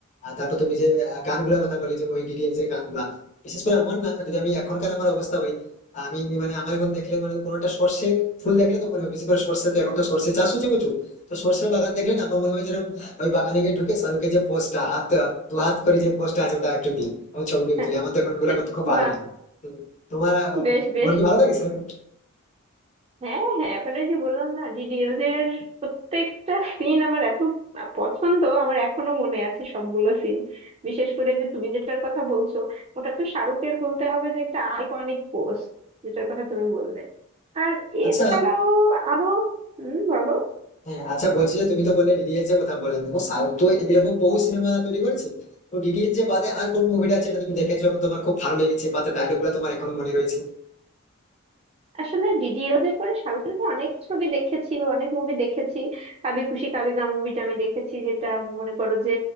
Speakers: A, on the left; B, on the right.
A: আর তারপর তুমি যে আহ, গানগুলোর কথা বলে যে ওই ডিডিএস এর গানগুলা বিশেষ করে আমার না যদি আমি এখনকার আমার অবস্থা বলি আমি মানে আমার এখন দেখলে মানে কোনো একটা সর্ষে ফুল দেখলে তো মনে হয় বিশেষ করে সর্ষে তো এখন তো সর্ষে চাষ হচ্ছে প্রচুর তো সর্ষের বাগান দেখলে না আমার মনে হয় যেন ওই বাগানে গিয়ে ঢুকে শাহরুখের যে পোস্টটা হাত দু হাত করে যে পোস্টটা আছে ওটা একটু দিই এবং ছবি টবি
B: হ্যাঁ
A: তুলি আমার তো এখন ওগুলো করতে খুব ভালো
B: বাহ
A: লাগে তো তোমার আহ,
B: বেশ বেশ
A: তোমার কি ভালো লাগে সেরকম
B: হ্যাঁ হ্যাঁ এবারে যে বললাম না ডিডিএলজ এর প্রত্যেকটা সিন আমার এত পছন্দ আমার এখনো মনে আছে সবগুলো সিন বিশেষ করে যে তুমি যেটার কথা বলছো ওটা তো শাহরুখের বলতে হবে যে একটা আইকনিক পোস্ট যেটার কথা তুমি বললে আর
A: আচ্ছা
B: এছাড়াও আরো হুম বলো
A: হ্যাঁ আচ্ছা বলছি যে তুমি তো বললে ডিডিএলজে এর কথা বললে দেখো সাউথ তো এরকম বহু সিনেমা তৈরি করেছে তো ডিডিএলজে বাদে আর কোন মুভিটা আছে যেটা তুমি দেখেছো এবং তোমার খুব ভালো লেগেছে বা তার ডায়লগ গুলো তোমার এখনো মনে রয়েছে
B: আসলে ডিডি ইরোজের পরে শাহরুখের তো অনেক ছবি দেখেছি বা অনেক মুভি দেখেছি কাবি খুশি কাবি গাম মুভিটা আমি দেখেছি যেটা মনে করো যে